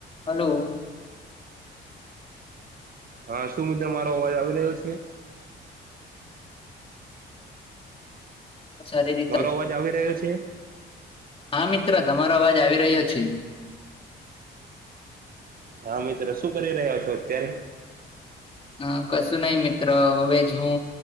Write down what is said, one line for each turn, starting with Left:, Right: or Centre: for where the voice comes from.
Left: Hello.
Right: હા શું મિત્ર મારો અવાજ આવી રહ્યો છે?
Left: સારી રીતે
Right: મારો અવાજ આવી રહ્યો છે?
Left: હા મિત્ર તમારો અવાજ આવી રહ્યો છે.
Right: હા મિત્ર શું કરી રહ્યા છો અત્યારે.
Left: હ કશું નહી મિત્ર હવે હુ